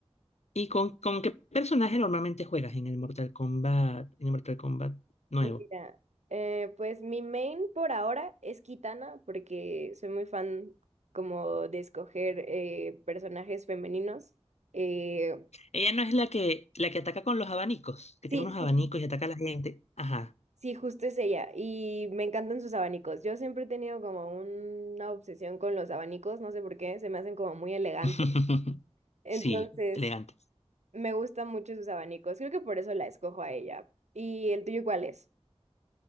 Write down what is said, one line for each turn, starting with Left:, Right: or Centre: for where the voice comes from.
Left: y con, con qué personaje normalmente juegas en el Mortal Kombat, en el Mortal Kombat? nuevo.
Right: Mira, eh, pues mi main por ahora es Kitana, porque soy muy fan como de escoger eh, personajes femeninos. Eh,
Left: Ella no es la que, la que ataca con los abanicos, que
Right: sí,
Left: tiene unos
Right: sí,
Left: abanicos
Right: sí,
Left: y ataca a la gente. Ajá.
Right: sí, justo es ella. Y me encantan sus abanicos. Yo siempre he tenido como una obsesión con los abanicos, no sé por qué, se me hacen como muy elegantes.
Left: <laughs>
Right: Entonces,
Left: Sí, elegante.
Right: me gustan mucho sus abanicos. Creo que por eso la escojo a ella. ¿Y el tuyo cuál es?